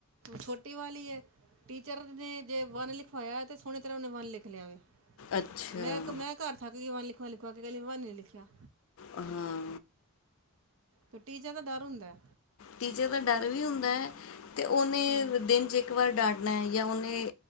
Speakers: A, on the right (about 60°); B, on the left (about 65°).
A: ਛੋਟੀ ਵਾਲ ਆ ਟੀਚਰ ਨੇ ਜੇ ਵੰਨ ਲਿਖਵਾਇਆ ਤਾਂ ਸੋਹਣੀ ਤਰ੍ਹਾਂ ਉਹਨੇ ਵਨ ਲਿਖ ਲਿਆਗੇ
B: ਅੱਛਾ
A: ਮੈਂ ਇੱਕ ਮੈਂ ਘਰ ਥੱਕਦੀਵਾਂ ਲਿ ਲਿਖੁਆਂ ਲਿਖ ਕੇ ਗੱਲ ਵ ਨਹੀਂ ਲਿਖਿਆ
B: ਹਾਂ
A: ਤੇਟੀ ਜਾ ਦਾ ਡਰ ਹੁੰਦਾ
B: ਟੀਚਰ ਦਾ ਡਰ ਵੀ ਹੁੰਦਾ ਹੈ ਤੇ ਉਹਨੇ
A: ਹਮ
B: ਦਿਨ ਚ ਇੱਕ ਵਾਰ ਡਾਟ ਮੈਂ ਜਾਂ ਉਹਨੇ